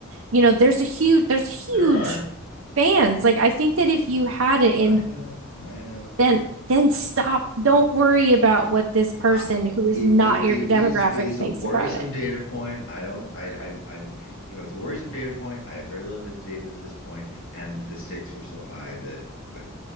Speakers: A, on the right; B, on the left.
A: you know, there's a huge, there's
B: there
A: huge
B: are.
A: fans. Like, I think that if you had it
B: I
A: in
B: know. I know.
A: then then stop. Don't worry about what this person
B: I,
A: who is
B: it,
A: not
B: it
A: your
B: it
A: demographic
B: is it is
A: thinks
B: a worrisome
A: about it.
B: data point. I don't I I I'm you know it's a worrisome data point. I have very limited data at this point, and the stakes are so high that but